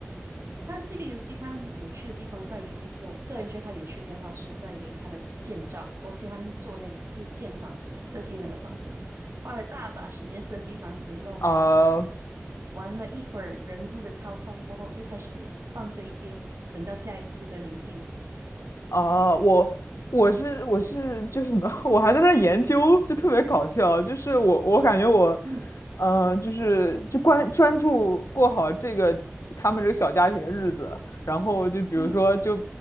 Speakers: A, on the right (about 70°); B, on the left (about 80°).
A: 它这个游戏它有趣的地方在于，我个人觉得它有趣的地方是在于它的建造。我喜欢做那个，就是建房子，设计那个房子，花了大把时间设计房子，弄了一下，
B: 啊、
A: 玩了一会儿人物的操控过后，又开始放这一边，等到下一次的灵性了。
B: 哦，我我是我是就是什么，<laughs> 我还在那儿研究，就特别搞笑。就是我我感觉我，
A: 嗯
B: 嗯、呃就是就关专注过好这个他们这个小家庭的日子，然后就比如说就
A: 嗯